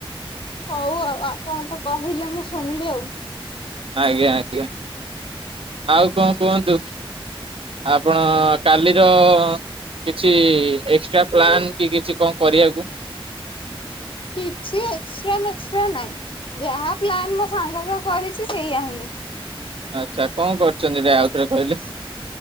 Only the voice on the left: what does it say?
ହଉ ଆଉ ଆପଣ ତ କହିଲେ ମୁଁ ଶୁଣିଲି ଆଉ।
କିଛି ଏକ୍ସଟାରା ମେକ୍ସଟାରା ନାହିଁ ଯାହା ପ୍ଲାନ୍ ମୁ ସାଙ୍ଗସଙ୍ଗ କରିଛି ସେଇୟଆ ହିଁ।